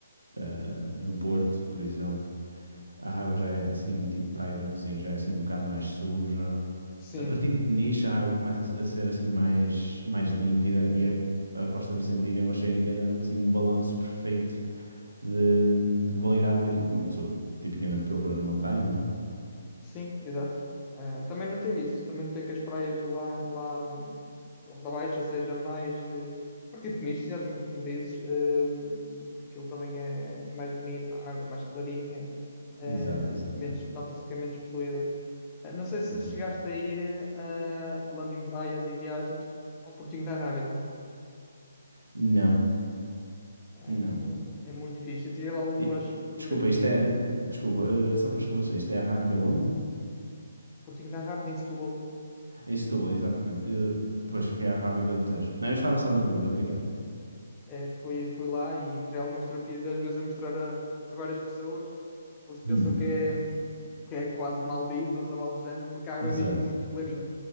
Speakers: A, on the right; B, on the left.
A: ah, no Porto, por exemplo. A água já é assim, tipo praia de Matosinhos, já é assim um bocado mais suja
B: Sim,
A: a partir de Peniche a água começa a se- a ser assim mais, mais límpida e a, a Costa Vicentina eu achei que era assim um balanço perfeito de, de qualidade daquilo que uma pessoa tipicamente procura numa praia, não é?
B: sim, exato. Ah, também notei isso, também notei que as praias lá, lá, lá para baixo, ou seja, mais de, a partir de nicho, exatamente como dizes, ah, que aquilo também é é mais bonito, a água mais clarinha, ah,
A: Exato, exato,
B: menos, nota-se que é menos poluída. Ah, não sei se
A: exato.
B: chegaste a ir, ah, falando em praias e viagens, ao Portinho da Rábida.
A: Não,
B: É
A: não.
B: muito, é muito fixe. Eu tirei lá algumas
A: E-
B: fotografias.
A: desculpa, isto é. Desculpa, eh, só para esclarecer, isto é a Rábida onde?
B: O Portinho da Rábida em Setúbal.
A: Em Setúbal, exatamente. Eh, pois que é a Rábida do Tejo. Não, eu estava só na dúvida, obrigado.
B: Eh, fui, fui lá e tirei algumas fotografias, às vezes a mostrar a, a várias pessoas. Eles pensam
A: Hum,
B: que é, que é quase Maldivas ou algo do género, porque a água
A: exato.
B: é mesmo muito clarinha.